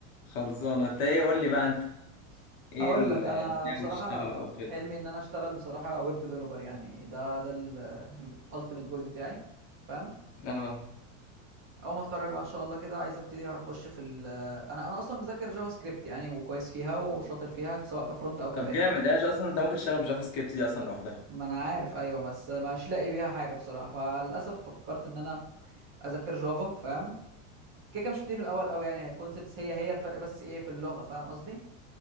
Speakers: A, on the left (about 40°); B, on the right (about 30°).
A: خلصانة انت ايه قول لي بقى انت
B: <laughs>
A: ايه
B: هقول
A: اللي
B: لك انا
A: ناوي
B: بصراحه
A: تشتغله او كده
B: حلمي ان انا اشتغل بصراحه ويب ديفلوبر يعني ده ده الالتيميت جول بتاعي فاهم
A: اه
B: اول ما اتخرج بقى ان شاء الله كده عايز ابتدي اخش في ال انا انا اصلا مذاكر جافا سكريبت يعني وكويس فيها وشاطر فيها سواء كفرونت او كباك
A: طب جامد
B: الاتنين
A: ايه اصلا انت ممكن تشتغل بجافا سكريبت دي اصلا لوحدها
B: ما انا عارف ايوه بس مش لاقي بيها حاجه بصراحه فللاسف فكرت ان انا اذاكر جافا فاهم كده كده مش بتيجي من الاول قوي يعني هي كونسبتس هي هي الفرق بس ايه في اللغه فاهم قصدي